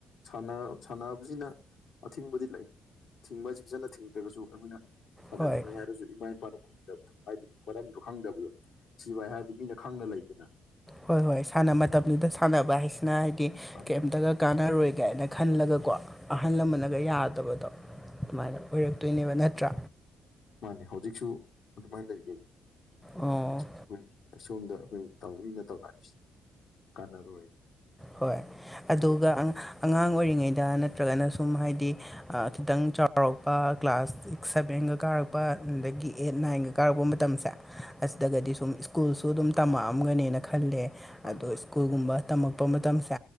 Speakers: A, on the left (about 70°); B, in the centre.
A: ꯁꯥꯟꯅ ꯁꯥꯟꯅꯕꯁꯤꯅ ꯑꯊꯤꯡꯕꯗꯤ ꯂꯩ꯫ ꯊꯤꯡꯕ ꯍꯥꯏꯁꯤ ꯐꯖꯅ ꯊꯤꯡꯗ꯭ꯔꯒꯁꯨ ꯑꯈꯣꯏꯅ ꯁꯥꯟꯅꯅꯤꯡꯉꯤ
B: ꯍꯣꯏ
A: ꯍꯥꯏꯔꯁꯨ ꯏꯃꯥ ꯏꯄꯥꯅ ꯈꯨꯝ ꯗꯕꯗꯣ ꯍꯥꯏꯗꯤ ꯃꯔꯝꯗꯣ ꯈꯪꯗꯕꯗꯣ ꯁꯤꯚꯥꯏ ꯍꯥꯏꯔꯗꯤ ꯃꯤꯅ ꯈꯪꯅ ꯂꯩꯗꯅ
B: ꯍꯣꯏ ꯍꯣꯏ ꯁꯥꯟꯅ ꯃꯇꯝꯗꯨꯗ ꯁꯥꯟꯅꯕ ꯍꯥꯏꯁꯤꯅ ꯍꯥꯏꯗꯤ
A: ꯃꯥꯅꯤ
B: ꯀꯩꯝꯇꯒ ꯀꯥꯟꯅꯔꯣꯏ ꯀꯥꯏꯅ ꯈꯜꯂꯒꯀꯣ ꯑꯍꯜ ꯂꯃꯟꯅꯒ ꯌꯥꯗꯕꯗꯣ
A: ꯃꯥꯅꯤ ꯃꯥꯅꯤ
B: ꯑꯗꯨꯃꯥꯏꯅ ꯑꯣꯏꯔꯛꯇꯣꯏꯅꯦꯕ ꯅꯠꯇ꯭ꯔꯥ
A: ꯃꯥꯅꯦ ꯍꯧꯖꯤꯛꯁꯨ ꯑꯗꯨꯃꯥꯏꯅ ꯂꯩꯌꯦ꯫
B: ꯑꯣ
A: ꯍꯧꯖꯤꯛ ꯑꯈꯣꯏ ꯑꯁꯣꯝꯗ ꯑꯈꯣꯏ ꯇꯧ ꯃꯤꯅ ꯇꯧꯅꯔꯤꯁꯤ ꯀꯥꯟꯅꯔꯣꯏ
B: ꯍꯣꯏ ꯑꯗꯨꯒ
A: ꯑꯗꯨꯝꯕ
B: ꯑ ꯑꯉꯥꯡ ꯑꯣꯏꯔꯤꯉꯩꯗ ꯅꯠꯇ꯭ꯔꯒꯅ ꯁꯨꯝ ꯍꯥꯏꯗꯤ ꯑꯥ ꯈꯤꯇꯪ ꯆꯥꯎꯔꯛꯄ ꯀ꯭ꯂꯥꯁ ꯁꯤꯛꯁ ꯁꯚꯦꯟꯒ ꯀꯥꯔꯛꯄ ꯑꯗꯒꯤ ꯑꯩꯠ ꯅꯥꯏꯟꯒ ꯀꯥꯔꯛꯄ ꯃꯇꯝꯁꯦ ꯑꯁꯤꯗꯒꯗꯤ ꯁꯨꯝ ꯏꯁ꯭ꯀꯨꯜꯁꯨ ꯑꯗꯨꯝ ꯇꯝꯃꯛꯑꯝꯒꯅꯤꯅ ꯈꯜꯂꯦ꯫
A: ꯃꯥꯅꯤ
B: ꯑꯗꯣ ꯁ꯭ꯀꯨꯜꯒꯨꯝꯕ ꯇꯝꯃꯛꯄ ꯃꯇꯝꯁꯦ